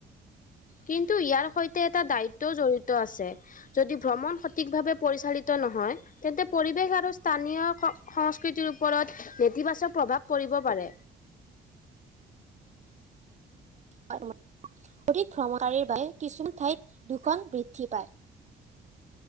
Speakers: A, on the left; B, on the right.
A: কিন্তু ইয়াৰ সৈতে এটা দাইতত জড়িত আছে। যদি ভ্ৰমণ সঠিক ভাৱে পৰিচালিত নহয় তেন্তে পৰিৱেশ আৰু স্থানীয় সংস্কৃতিৰ ওপৰত নেতিবাচক প্ৰভাৱ পৰিব পাৰে।
B: হয়। অধিক ভ্ৰমণীৰ বাবে কিছুমান ঠাইত, প্ৰদূষণ বৃদ্ধি পায়।